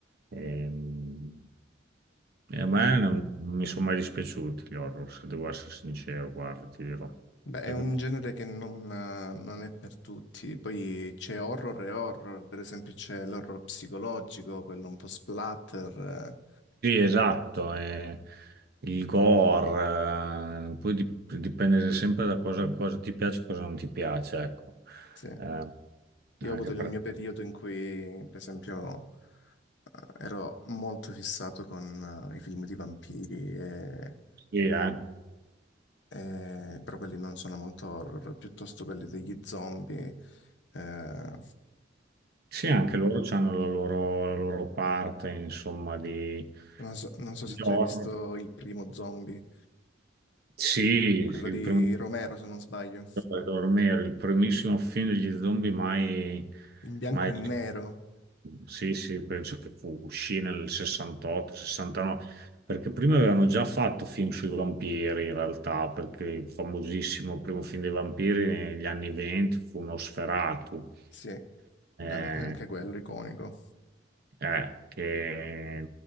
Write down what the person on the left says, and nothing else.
È,
beh, è
un
genere che non, eh, non è per tutti. Poi c'è horror e horror, per esempio c'è l'horror psicologico, quello un po' splatter. eh.
Sì.
Io
ho avuto il
mio periodo in cui, per esempio, eh, ero molto fissato con eh, i film di vampiri e
eh, però quelli non sono molto horror, piuttosto quelli degli zombie. eh,
non so, non so
se tu
hai visto il primo zombie,
quello
di
Romero, se non sbaglio,
in bianco
e nero.
Sì,
vabbè, anche quello iconico.